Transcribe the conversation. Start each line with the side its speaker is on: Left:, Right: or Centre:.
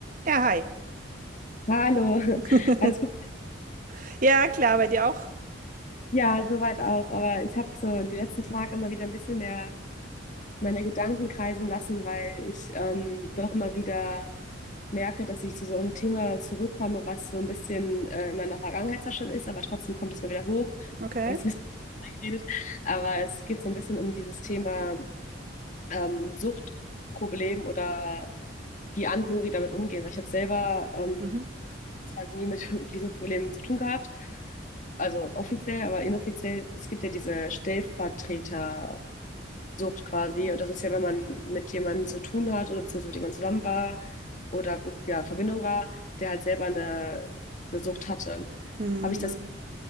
Right: Ja, hi.
Left: Ja, Hallo, <laughs>
Right: <laughs>
Left: alles gut?
Right: Ja, klar, bei dir auch?
Left: Ja, soweit auch. Aber ich habe so die letzten Tage immer wieder ein bisschen mehr meine Gedanken kreisen lassen, weil ich ähm, doch immer wieder merke, dass ich zu so einem Thema zurückkomme, was so ein bisschen äh, in meiner Vergangenheit zwar schon ist, aber trotzdem kommt es mir wieder hoch.
Right: Okay.
Left: Ich habe jetzt ein bisschen <laughs> reingeredet, aber es geht so ein bisschen um dieses Thema ähm, Suchtproblem oder wie Angehörige damit umgehen, weil ich habe selber ähm,
Right: Mhm.
Left: es hat nie mit <laughs> Visumproblemen zu tun gehabt. Also offiziell, aber inoffiziell, es gibt ja diese Stellvertretersucht quasi. Und das ist ja, wenn man mit jemandem zu tun hat oder beziehungsweise mit jemandem zusammen war oder ja, Verbindung war, der halt selber eine, eine Sucht hatte.
Right: Mhm.
Left: Habe ich das